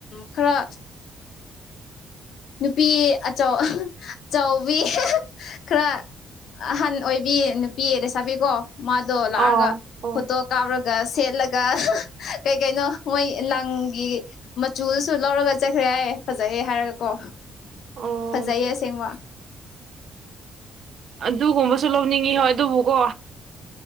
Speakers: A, on the left (about 70°); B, on the right (about 60°).
A: ꯈꯔ ꯅꯨꯄꯤ ꯑꯆꯧ ꯑꯆꯧꯕꯤ ꯈꯔ ꯑꯍꯟ ꯑꯣꯏꯕꯤ ꯅꯨꯄꯤ ꯂꯩꯁꯥꯕꯤꯀꯣ ꯃꯥꯗꯣ ꯂꯥꯛꯑꯒ
B: ꯑꯣ ꯑꯣ
A: ꯐꯣꯇꯣ ꯀꯥꯎꯔꯒ ꯁꯦꯠꯂꯒ ꯀꯩ ꯀꯩꯅꯣ ꯃꯣꯏ ꯂꯪꯒꯤ ꯃꯆꯨꯗꯨꯁꯨ ꯂꯧꯔꯒ ꯆꯠꯈ꯭ꯔꯦ ꯌꯥꯌꯦ ꯐꯖꯩꯑꯦ ꯍꯥꯏꯔꯒꯀꯣ
B: ꯑꯣ
A: ꯐꯖꯩꯌꯦ ꯑꯁꯦꯡꯕ
B: ꯑꯗꯨꯒꯨꯝꯕꯁꯨ ꯂꯧꯅꯤꯡꯉꯤ ꯍꯣꯏ ꯑꯗꯨꯕꯨꯀꯣ